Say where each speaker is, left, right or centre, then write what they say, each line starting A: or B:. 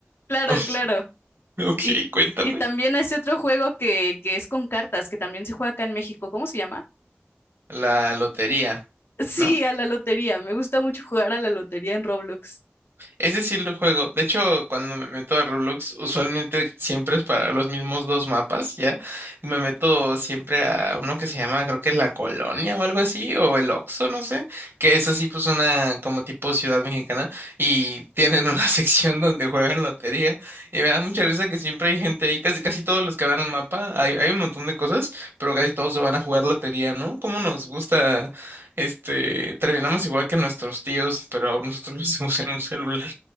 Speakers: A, on the left (about 65°); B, on the right (about 60°).
A: claro,
B: <laughs>
A: claro.
B: Ok,
A: Y,
B: cuéntame.
A: y también hay ese otro juego que, que es con cartas, que también se juega acá en México. ¿Cómo se llama? <laughs>
B: La lotería,
A: Sí,
B: ¿no?
A: a la lotería. Me gusta mucho jugar a la lotería en Roblox.
B: Ese sí lo juego. De hecho, cuando me meto a Roblox, usualmente siempre es para los mismos dos mapas, ¿ya? Me meto siempre a uno que se llama, creo que La Colonia o algo así, o el Oxxo, no sé, que es así pues una como tipo ciudad mexicana y tienen una <laughs> sección donde juegan lotería y me da mucha risa que siempre hay gente ahí, casi casi todos los que van al mapa, hay, hay un montón de cosas, pero casi todos se van a jugar lotería, ¿no? ¿Cómo nos gusta este, terminamos igual que nuestros tíos, pero ahora nosotros lo hacemos en un celular.